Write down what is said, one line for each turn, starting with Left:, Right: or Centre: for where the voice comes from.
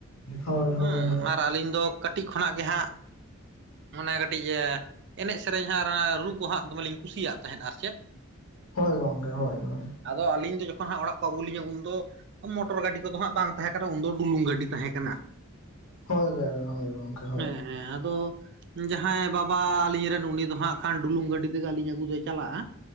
Left: ᱦᱳᱭ ᱦᱳᱭ
Right: ᱦᱩᱸ
Left: ᱦᱳᱭ
Right: ᱟᱨ ᱟᱹᱞᱤᱧ ᱫᱚ ᱠᱟᱹᱴᱤᱡ ᱠᱷᱚᱱᱟᱜ ᱜᱮ ᱦᱟᱸᱜ ᱢᱟᱱᱮ ᱠᱟᱹᱴᱤᱡ ᱮ ᱮᱱᱮᱡ ᱥᱮᱨᱮᱧ ᱦᱟᱸᱜ ᱟᱨ ᱚᱱᱟ ᱨᱩ ᱠᱚ ᱦᱟᱸᱜ ᱫᱚᱢᱮ ᱞᱤᱧ ᱠᱩᱥᱤᱭᱟᱜ ᱛᱟᱦᱮᱸᱫ ᱟᱨ ᱪᱮᱫ
Left: ᱦᱳᱭ ᱜᱚᱝᱠᱮ ᱦᱳᱭ ᱦᱳᱭ᱾
Right: ᱟᱫᱚ ᱟᱹᱞᱤᱧ ᱫᱚ ᱡᱚᱠᱷᱚᱱ ᱦᱟᱸᱜ ᱚᱲᱟᱜ ᱠᱚ ᱟᱹᱜᱩ ᱞᱤᱧᱟ ᱩᱱᱫᱚ ᱢᱚᱴᱚᱨ ᱜᱟᱹᱰᱤ ᱠᱚᱫᱚ ᱦᱟᱸᱜ ᱵᱟᱝ ᱛᱟᱦᱮᱸ ᱠᱟᱱᱟ, ᱩᱱᱫᱚ ᱰᱩᱞᱩᱝ ᱜᱟᱹᱰᱤ ᱛᱟᱦᱮᱸ ᱠᱟᱱᱟ᱾
Left: ᱦᱳᱭ <unintelligible> ᱦᱳᱭ ᱜᱚᱢᱠᱮ ᱦᱳᱭ᱾
Right: ᱦᱮᱸ ᱦᱮᱸ ᱟᱫᱚ ᱡᱟᱦᱟᱸᱭ ᱵᱟᱵ ᱵᱟ ᱟᱹᱞᱤᱧ ᱨᱮᱱ ᱩᱱᱤ ᱫᱚ ᱦᱟᱸᱜ ᱠᱷᱟᱱ ᱰᱩᱞᱩᱝ ᱜᱟᱹᱰᱤ ᱛᱮᱜᱮ ᱟᱹᱞᱤᱧ ᱟᱹᱜᱩ ᱫᱚᱭ ᱪᱟᱞᱟᱜᱼᱟ᱾